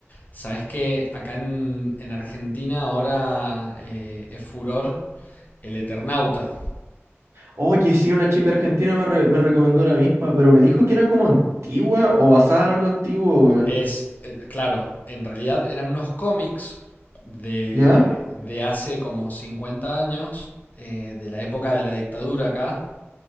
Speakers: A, on the left (about 35°); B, on the right (about 75°).
A: Sabes que acá en, en Argentina ahora eh, es furor el Eternauta.
B: Oye, sí, una chica argentina me, re- me recomendó la misma, pero me dijo que era como antigua o basada en algo antiguo, weón.
A: Es, eh, claro, en realidad eran unos cómics de,
B: ¿Ya?
A: de hace como 50 años, eh, de la época de la dictadura acá,